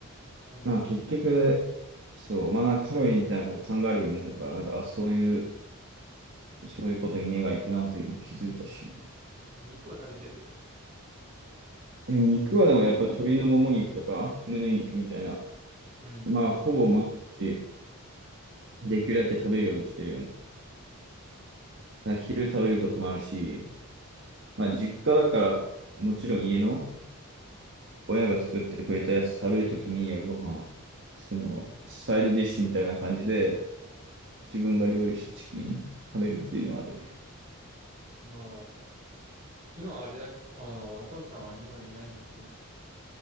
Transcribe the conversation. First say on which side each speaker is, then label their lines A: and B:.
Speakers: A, on the right; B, on the right.
A: コンディショ
B: う。まあ結局、そう、まあなんかカロリーみたいなことを考えるようになるから、なんか、あ、そういう、そういうことに目が行くなっていうのを気づいたし。
A: ン。肉は食べてる。
B: いや、肉はでもやっぱ鶏のもも肉とか胸肉みたいな、
A: うん。
B: まあほぼ毎日できるだけ食べるようにしてるよね。だから昼食べることもあるし、まあ実家だからもちろん家の親が作ってくれたやつ食べるときに夜ご飯、そのサイドディッシュみたいな感じで自分が料理したチキン食べるっていうのはあるね。
A: まあ、今はあれだ、あの、お父さんは日本にいないんだっけ、今。